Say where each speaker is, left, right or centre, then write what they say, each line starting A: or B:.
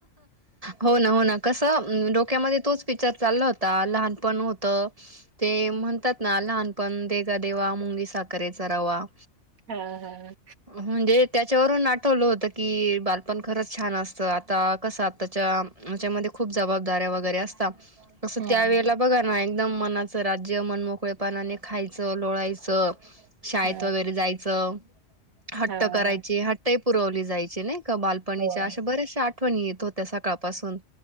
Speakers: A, on the right; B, on the right.
A: हो ना, हो ना, कसं डोक्यामध्ये तोच विचार. चाल्ल होता लहान पण होत, ते म्हणतात ना लहान लहापण देगा देवा, मुंगी साखरेचा रवा.
B: हा हा हा
A: म्हणजे त्याच्यावरून आठवलं होतं की, बालपण खरंच छान असतं. कस आताच्या त्याच्यामध्ये, खूप जबाबदाऱ्या वगैरे असतात. असं
B: हम्म
A: त्या वेळेला बघा ना एकदम मनाचं राज्य, मनमोकळे पानाने खायचं लोळायचं शाळेत
B: हा
A: वगैरे जायचं हट्ट
B: हा
A: करायची
B: हा
A: हट्ट पुरवली जायची नाही? क बालपणीच्या
B: होय
A: अश्या बऱ्यासे आठवणी येत होत्या सकाळपासून.